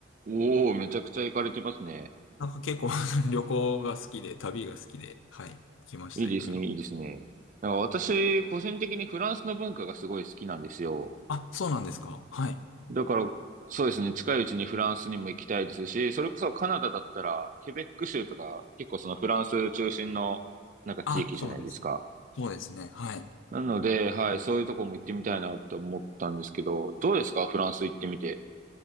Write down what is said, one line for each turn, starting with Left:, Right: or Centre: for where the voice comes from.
Right: おお、めちゃくちゃ行かれてますね。
Left: なんか結構 <laughs> 旅行が好きで、旅が好きで、はい、行きました、
Right: いいですね、
Left: いろいろ。
Right: いいですね。なんか私、個人的にフランスの文化がすごい好きなんですよ。
Left: あ、そうなんですか。はい。
Right: だから、そうですね、近いうちにフランスにも行きたいですし、それこそカナダだったら、ケベック州とか、結構そのフランス中心の、なんか地域じゃないですか。
Left: あ、そうです。そうですね。はい。
Right: なので、はい、そういうとこも行ってみたいなと思ったんですけど、どうですかフランス行ってみて。